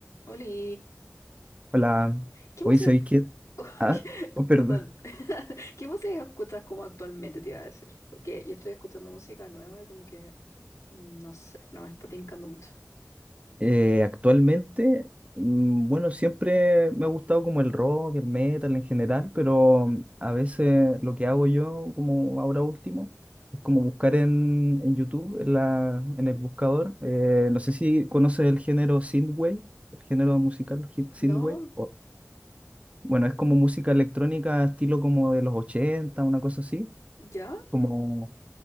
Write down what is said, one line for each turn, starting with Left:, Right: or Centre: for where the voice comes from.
Left: Oli,
Right: Hola,
Left: ¿qué
Right: hoy
Left: música?
Right: soy
Left: est-
Right: Kid.
Left: <laughs>
Right: Ah,
Left: ¿Qué-
Right: oh, perdón.
Left: Perdón, <laughs> ¿qué música escuchas como actualmente te iba a decir? Porque yo estoy escuchando música nueva y como que, mm, no sé, no me está tincando mucho.
Right: Eh, actualmente, mm, bueno, siempre me ha gustado como el rock, el metal en general, pero mm, a veces lo que hago yo, como ahora último, es como buscar en, en YouTube, en la, en el buscador. eh, no sé si conoces el género synthwave, el género musical hit synthwave.
Left: ¿No?
Right: o- bueno, es como música electrónica, estilo como de los ochenta una cosa así,
Left: ¿Ya?
Right: como